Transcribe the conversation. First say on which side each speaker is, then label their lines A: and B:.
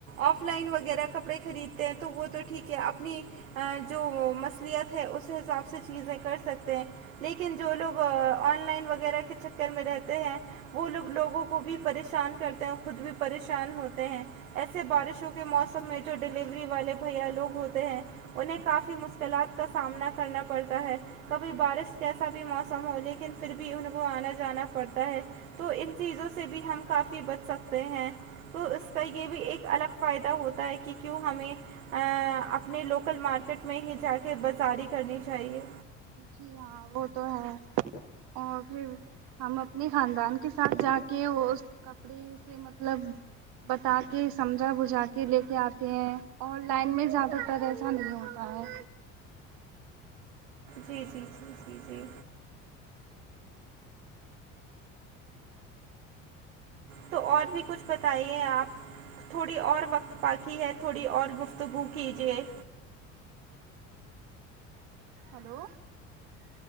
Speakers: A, on the right; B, on the right.
A: آف لائن وغیرہ کپڑے خریدتے ہیں تو وہ تو ٹھیک ہے اپنی جو مصلیت ہے اس حساب سے چیزیں کر سکتے ہیں لیکن جو لوگ آن لائن وغیرہ کے چکر میں رہتے ہیں وہ لوگ لوگوں کو کو بھی پریشان کرتے ہیں خود بھی پریشان ہوتے ہیں ایسے بارشوں کے موسم میں جو ڈیلیوری والے بھیا لوگ ہوتے ہیں انہیں کافی مشکلات کا سامنا کرنا پڑتا ہے کبھی بارش جیسا بھی موسم ہو لیکن پھر بھی ان کو آنا جانا پڑتا ہے تو ان چیزوں سے بھی ہم کافی بچ سکتے ہیں تو اس کا یہ بھی ایک الگ فائدہ ہوتا ہے کہ کیوں ہمیں ا اپنے لوکل مارکیٹ میں ہی جا کے بازاری کرنی چاہیے
B: جی ہاں وہ تو ہے اور پھر ہم اپنے خاندان کے ساتھ جا کے وہ کپڑے اس مطلب بتا کے سمجھا بجھا کے لے کے آتے ہیں آن لائن میں زیادہ تر ایسا نہیں ہوتا ہے
A: جی جی جی جی جی تو اور بھی کچھ بتائیے آپ تھوڑی اور وقت باقی ہے تھوڑی اور گفتگو کیجیے
B: ہیلو